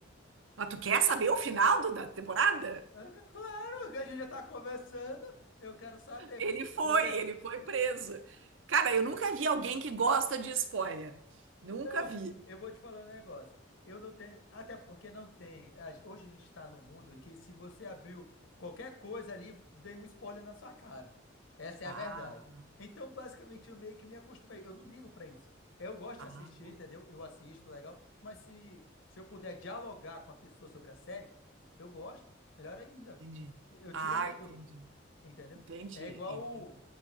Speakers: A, on the right; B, on the left.
A: Mas tu quer saber o final do- da temporada?
B: <laughs> Ah, Claro, que a gente já tá conversando, eu quero saber.
A: Ele foi,
B: Porque se
A: ele foi preso. Cara, eu nunca vi alguém que gosta de spoiler. Nunca
B: Não,
A: vi.
B: eu vou te falar um negócio. Eu não tenho, até porque não tem. A- Hoje a gente está no mundo em que se você abriu qualquer coisa ali, vem um spoiler na sua cara. Essa é
A: Ah,
B: a verdade. Então, basicamente, eu meio que me acostumei. Eu não ligo para isso. Eu gosto
A: ah,
B: de assistir,
A: bom,
B: entendeu? Eu assisto, legal. Mas se, se eu puder dialogar com a pessoa sobre a série, eu gosto. Melhor ainda.
A: entendi.
B: Eu tiro
A: Ah,
B: as minhas
A: entendi.
B: dúvidas. Entendeu?
A: Entendi,
B: É igual
A: entendi.
B: o...